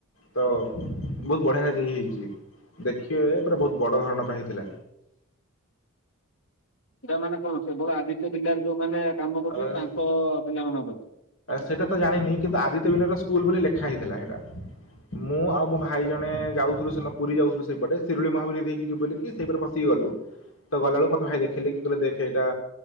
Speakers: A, on the left (about 80°); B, on the left (about 65°).
A: ତ ବହୁତ ବଢ଼ିଆ ସେ ହେଇଛି ଦେଖିବେ ପୁରା ବହୁତ ବଡ ଧରଣ ର ହେଇଥିଲା।
B: ସେଇଟା ମାନେ କଣ କେବଳ ଆଦିତ୍ୟ ବିର୍ଲାରେ ଯୋଉମାନେ କାମ କରୁଛନ୍ତି
A: ଅ
B: ତାଙ୍କ ପିଲାମାନଙ୍କ ପାଇଁ
A: ସେଇଟା ତ ଜାଣିନି କିନ୍ତୁ ଆଦିତ୍ୟ ବିର୍ଲା ର ସ୍କୁଲ ବୋଲି ଲେଖା ହେଇଥିଲା ସେଇଟା ମୁଁ ଆଉ ମୋ ଭାଇ ଜଣେ ଯାଉଥିଲୁ ସେଦିନ ପୁରୀ ଯାଉଥିଲୁ ସେଇପଟେ ଶିରୁଳି ମହାବୀର ଦେଇକି ଯିବୁ ବୋଲି ସେଇପଟେ ପସିକି ଗଲୁ ତ ଗଲା ବେଳକୁ ମତେ ଭାଇ ଦେଖେଇଲେ କି ଦେଖ ଏଇଟା